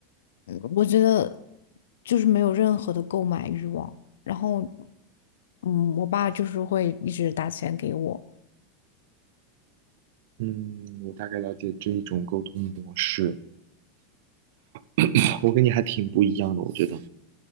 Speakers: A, on the left (about 75°); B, on the right (about 65°).
A: 嗯我觉得就是没有任何的购买欲望。然后，嗯，我爸就是会一直打钱给我。
B: 嗯，我大概了解这一种沟通模式，<coughs> <clears throat> 我跟你还挺不一样的，我觉得，